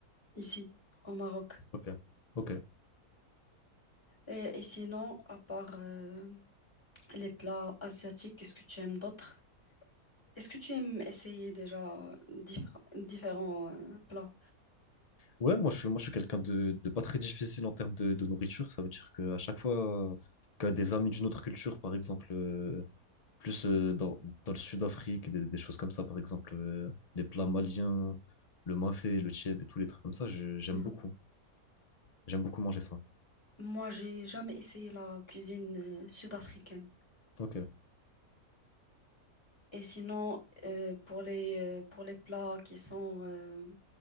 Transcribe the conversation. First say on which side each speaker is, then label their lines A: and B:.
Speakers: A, on the left; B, on the left.
A: ici au Maroc.
B: Ok, ok.
A: Et, et sinon, à part, euh, Les plats asiatiques, qu'est-ce que tu aimes d'autres? Est-ce que tu aimes essayer déjà diffé- différents euh, plats?
B: Ouais, moi je suis, moi, je suis quelqu'un de, de pas très difficile en termes de, de nourriture. Ça veut dire qu'à chaque fois euh, que des amis d'une autre culture, par exemple, euh, plus euh, dans, dans le Sud-Afrique, des, des choses comme ça, par exemple, euh, les plats maliens, le mafé, le tchèb et tous les trucs comme ça, je- j'aime
A: Mhm.
B: beaucoup. J'aime beaucoup manger ça.
A: Moi, j'ai jamais essayé la cuisine euh, sud-africaine.
B: Ok.
A: Et sinon, euh, pour les, euh, pour les plats qui sont euh,